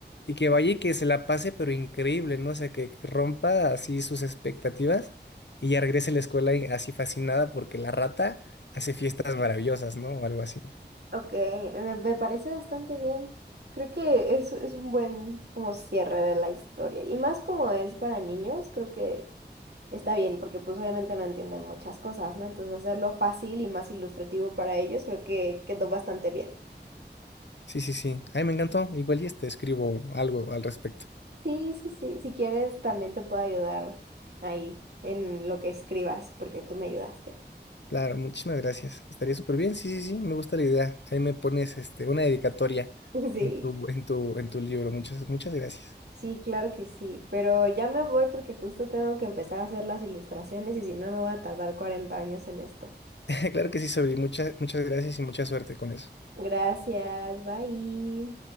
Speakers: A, on the left; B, on the right.
A: Y que vaya y que se la pase, pero increíble, ¿no? O sea, que rompa así sus expectativas y ya regrese a la escuela y- así fascinada porque la rata hace fiestas maravillosas, ¿no? O algo así.
B: Ok, me, me parece bastante bien. Creo que es, es un buen como cierre de la historia. Y más como es para niños, creo que está bien, porque pues obviamente no entienden muchas cosas, ¿no? Entonces hacerlo fácil y más ilustrativo para ellos, creo que quedó bastante bien.
A: Sí, sí, sí. Ay, me encantó. Igual y te escribo algo al respecto.
B: Sí, sí, sí. Si quieres, también te puedo ayudar ahí en lo que escribas, porque tú me ayudaste.
A: Claro, muchísimas gracias. Estaría súper bien. Sí, sí, sí, me gusta la idea. Ahí me pones este, una dedicatoria
B: <laughs> Sí,
A: en tu, en tu, en tu libro. Muchas, muchas gracias.
B: sí, claro que sí. Pero ya me voy porque justo tengo que empezar a hacer las ilustraciones y si no me voy a tardar 40 años en esto.
A: <laughs> Claro que sí, Sobri. Muchas, muchas gracias y mucha suerte con eso.
B: Gracias, bye.